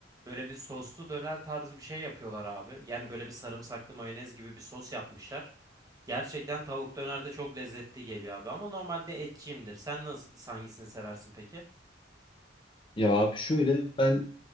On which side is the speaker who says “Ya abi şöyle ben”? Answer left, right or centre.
Left